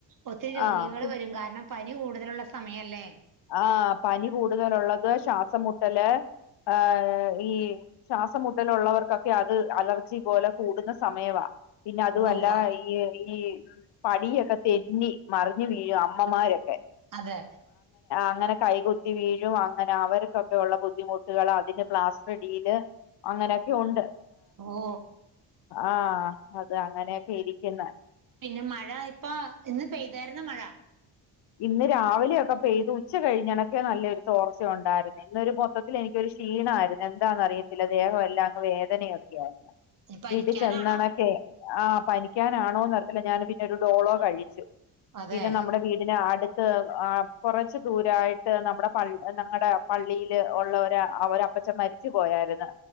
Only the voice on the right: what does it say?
ഒത്തിരി രോഗികൾ
വരും കാരണം പനി കൂടുതലുള്ള സമയല്ലേ
ഉവ്വ ഉവ്വ
അതെ
ഓ.
പിന്നെ മഴ ഇപ്പൊ ഇന്ന് പെയ്തായിര്ന്നോ മഴ?
ഇനി പനിക്കാനാണോ
അതെ